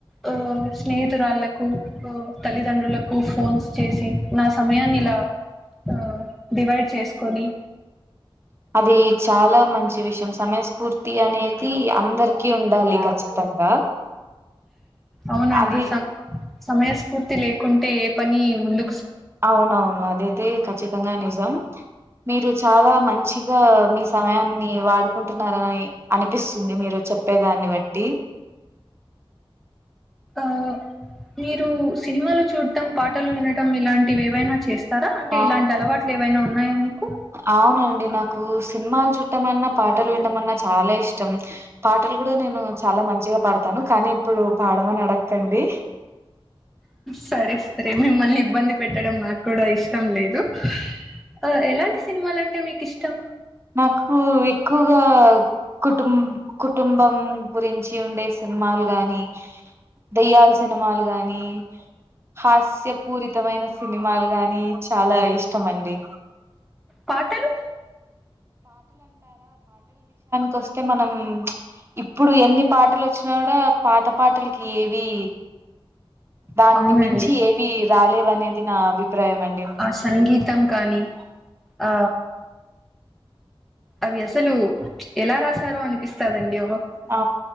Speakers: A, in the centre; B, on the right.
A: ఆ స్నేహి తురాళ్లకు ఉ తల్లిదండ్రులకు ఫోన్స్ చేసి నా సమయాన్ని ఇలా ఆ డివైడ్ చేసుకొని
B: అది చాలా మ సమయస్ఫూర్తి అనేది అందరికి ఉండాలి ఖచ్చితంగా
A: అవునండి
B: అది
A: స సమయస్ఫూర్తి లేకుంటే ఏ పని ముందు
B: అవునవును అదైతే ఖచ్చితంగా నిజం మీరు చాలా మంచిగా మీ సమయాన్ని వాడు కుంటున్నారనని అనిపిస్తుంది మీరు చెప్పేదాన్ని బట్టి
A: ఆ మీరు సినిమాలు చూడటం పాటలు వినటం ఇలాంటివి ఏవైనా చేస్తారా అంటే
B: ఆ
A: ఇలాంటి అలవాట్లు ఏవైనా ఉన్నాయా మీకు
B: అవునండి నాకు సినిమాలు చూడటమన్నా పాటలు వినటమన్నా చాలా ఇష్టం పాటలు కూడా నేను చాలా మంచిగా పాడతాను కానీ ఇప్పుడు పాడమని అడక్కండి
A: సరే సరే మిమ్మల్ని ఇబ్బంది పెట్టడం నాకూడా ఇష్టం లేదు అ ఎలాంటి సినిమాలంటే మీకిష్టం
B: నాకు ఎక్కువగా కుటుం కుటుంబం గురించి ఉండేసిం మాల్ గాని దయ్యాాల్ సినిమాలు గాని హాస్యపూరితమైన సినిమాలు గాని చాలా ఇష్టమండి
A: పాటలు
B: కొస్తే మనం ఇప్పుడు ఎన్ని పాటలు వచ్చినా కూడా పాత పాటలకి ఏవి దాన్ని
A: అవునండి
B: మించి ఏవి రాలేవనేది నా అభిప్రాయం అండి
A: ఆ సంగీతం కానీ ఆ అవి అసలు ఎలా రాసారో అనిపిస్తాదండి
B: ఆ